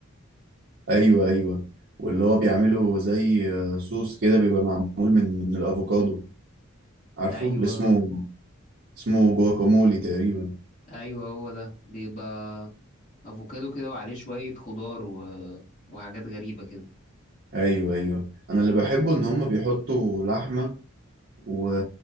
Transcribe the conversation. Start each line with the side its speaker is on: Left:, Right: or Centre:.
Right: ايوه ايوه واللي هو بيعمله زي آه، صوص كده بيبقى معمول من من الافوكادو عارفه
Left: ايوه
Right: اللي اسمه اسمه جواكامولي تقريبا
Left: ايوه هو ده بيبقى افوكادو كده وعليه شوية خضار و... وحاجات غريبة كده
Right: ايوه ايوه انا اللي بحبه ان هم بيحطوا لحمة و...